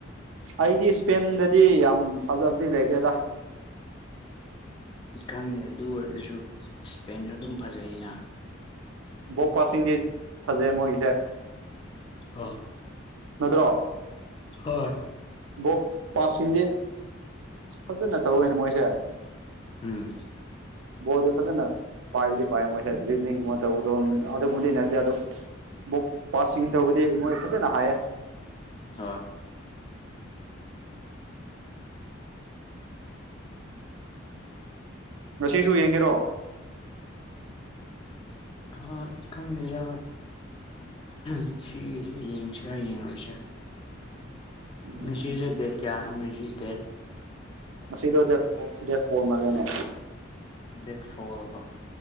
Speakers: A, on the right; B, on the left.
A: ꯑꯩꯗꯤ ꯏꯁꯄꯦꯟꯗꯗꯤ ꯌꯥꯝ ꯊꯥꯖꯕꯗꯤ ꯂꯩꯇꯦꯗ
B: ꯈꯪꯗꯦ ꯑꯗꯨ ꯑꯣꯏꯔꯁꯨ ꯏꯁꯄꯦꯟꯁꯨ ꯑꯗꯨꯝ ꯐꯖꯩꯅ
A: ꯕꯣ ꯄꯥꯁꯤꯡꯗꯤ ꯐꯖꯩ ꯃꯣꯏꯒꯤꯁꯦ
B: ꯑ
A: ꯅꯗꯔ꯭ꯣ
B: ꯍꯔ
A: ꯕꯣꯞ ꯄꯥꯁꯤꯡꯗꯤ ꯐꯖꯅ ꯇꯧꯋꯦꯅꯦ ꯃꯣꯏꯁꯦ
B: ꯎꯝ
A: ꯕꯣꯜꯗꯤ ꯐꯖꯅ ꯄꯥꯏꯗꯤ ꯄꯥꯏꯔꯝꯃꯣꯏꯍꯦ ꯗꯔ꯭ꯤꯞꯕꯅꯤꯡ ꯒꯨꯝꯕ ꯇꯧꯕꯗꯨ ꯑꯗꯨꯒꯨꯃꯕꯅꯤ ꯅꯠꯇꯦ ꯑꯗꯨ ꯕꯨꯞ ꯄꯥꯁꯤꯡ ꯇꯧꯕꯗꯤ ꯃꯣꯏ ꯐꯖꯅ ꯍꯥꯏꯌꯦ
B: ꯍꯣꯏ
A: ꯉꯁꯤꯁꯨ ꯌꯦꯡꯒꯦꯔꯣ
B: ꯍꯣꯏ ꯈꯪꯗꯦꯗꯥ ꯍꯣꯏ ꯉꯁꯤꯒꯤꯁꯨ ꯌꯦꯡꯁꯤꯔ ꯌꯦꯡꯂꯣꯏꯁꯤꯔꯥ
A: ꯎꯝ
B: ꯉꯁꯤꯁꯦ ꯗꯦꯠ ꯀꯌꯥꯅꯣ ꯉꯁꯤ ꯗꯦꯠ
A: ꯉꯁꯤꯔꯣ ꯗꯦꯠ ꯐꯣꯔ ꯗꯦꯠ ꯐꯣꯔ ꯃꯥꯜꯂꯦꯅꯦ
B: ꯗꯦꯠ ꯐꯣꯔ ꯑꯕꯥ